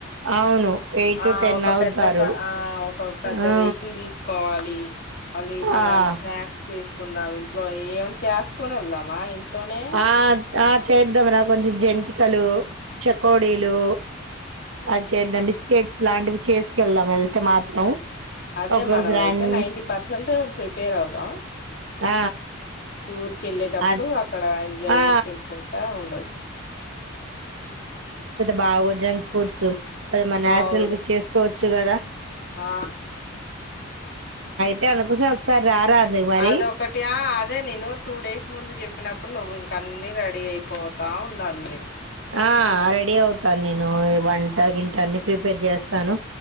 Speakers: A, on the right (about 75°); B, on the left (about 50°).
A: అవును ఎయిట్ టు
B: ఆ
A: టెన్
B: ఒక
A: అవుతారు
B: పెద్ద క ఆ ఒక పెద్ద
A: ఆ
B: వెహికల్ తీసుకోవాలి ది మళ్ళీ మన
A: ఆ
B: ఏమన్న స్నాక్స్ చేసు కుందాం ఇంట్లో ఏమ చేసుకుని వెళ్దామా ఇం తోనే
A: ఆ ఆ చేద్దాం రా కొంచెం జంతికలు చకోడీలు
B: ఆ ఆ
A: అ చేద్దాం బిస్ కేక్స్ లాంటివి చేసుకెళ్దాం వెళ్తే మాత్రం
B: అదే
A: ఒక
B: మనం
A: రోజు run
B: అయితే ninety percent prepare అవుదాం
A: ఆ
B: టూర్ కి వెళ్ళేటప్పుడు
A: అద్
B: అక్కడ ఎంజాయ్
A: ఆ
B: చేసి తినుకుంటా ఉండోచ్చు
A: బాగొ జంక్ ఫుడ్స్ అది మన న్యాచురల్గా
B: అవును
A: చేసుకోవచ్చు వచ్చు గదా
B: ఆ
A: ఇయ్యల ఒక్కసారీ ఒక్కసారీ రారాదు మరి
B: అదొక్కటియా అద్ అదే నేను టూ డేస్ ముందు చెప్పినప్పుడు నువ్వు ఇంక అన్న రెడీ అయిపోతా ఉండాలి మీరు
A: ఆ రెడీ అవుతాను నేను వంట గింటా అన్ని ప్రిపేర్ చేస్తాను